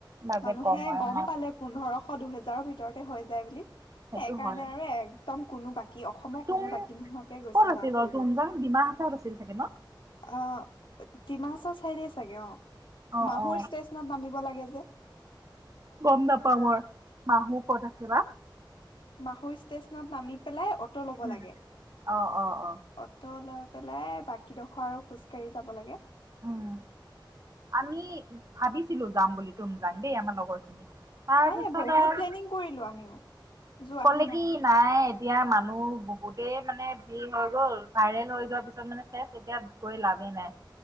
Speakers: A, on the right; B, on the left.
A: বাজেট
B: মানুহে
A: কম হয়
B: গ'ম
A: অ
B: পালে। পোন্ধৰশ দুহেজাৰৰ ভিতৰতে হৈ যায় বুলি,
A: সেইটো
B: সেই কাৰণে
A: হয়
B: আৰু একদম কোনো বাকী কি অসমৰ
A: তুম
B: কোনো বাকী নোহোৱাকে গৈছে
A: ক'ত
B: ল'ৰা-ছোৱালীবোৰ।
A: আছিল অ তুমজাং ডিমা হাচাওত আছিল চাগে ন
B: অ', ডিমা হাছাওৰ চাইডে চাগে অ',
A: অ
B: মাহুৰ
A: অ
B: ষ্টেচনত নামিব লাগে যে।
A: গ'ম নাপাওঁ মই মাহুৰ ক'ত আছে বা?
B: মাহুৰ ষ্টেচনত নামি পেলাই অ'টো ল'ব
A: উম
B: লাগে।
A: অ অ অ
B: অ'টো লৈ পেলাই বাকীডোখৰ আৰু খোজকাঢ়ি যাব লাগে।
A: উম। আমি ভাবিছিলো যাম বুলি তুমজাং দেই আমাৰ লগৰ খিনি তাৰপিছত
B: এ বহুত
A: আৰু
B: প্লেনিং কৰিলো আমিও। যোৱাহে
A: ক'লে
B: নহল
A: কি নাই এতিয়া মানুহ বহুতেই মানে ভিৰ হৈ গ'ল। ভাইৰেল হৈ যোৱাৰ পিছত মানে চেচ এতিয়া গৈ লাভেই নাই।